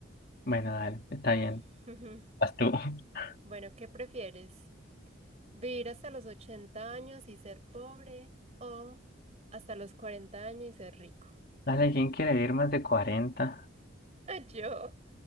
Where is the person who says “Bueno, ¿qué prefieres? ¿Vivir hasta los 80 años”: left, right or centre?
Right